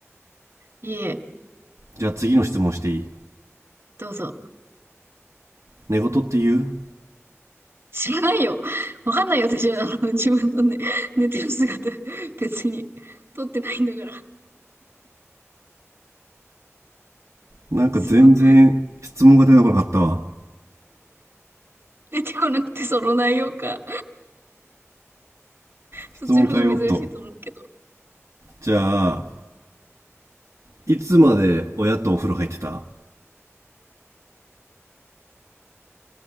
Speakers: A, on the right (about 50°); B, on the right (about 75°).
A: いいえ、
B: じゃあ次の質問していい
A: どうぞ。
B: 寝言って言
A: 知らないよ。わかんないよ、私は。あの、自分のね、寝てる姿、別に、撮ってないんだから。
B: うなんか全然質問が出てこなかったわ。
A: そう。出てこなくて、その内容か。そっちの方が珍しいと思うけど。
B: 質問変えようっと。じゃあ、いつまで親とお風呂入ってた